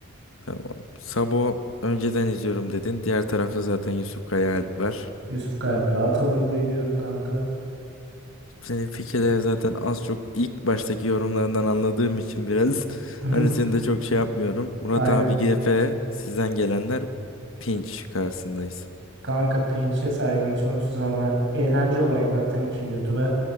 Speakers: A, on the left; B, on the right.
A: Tamam. Sabo önceden izliyorum dedin. Diğer tarafta zaten Yusuf Kaya Alp var.
B: Yusuf Kayıp rahat alır burayı diyorum kanka.
A: Senin fikirleri zaten az çok ilk baştaki yorumlarından anladığım için biraz <laughs>
B: <laughs>
A: hani seni de çok şey yapmıyorum. Murat
B: Aynen.
A: abi GF sizden gelenler pinç karşısındayız.
B: Kanka pinçe saygım sonsuz ama eğlence olarak baktığım için YouTube'a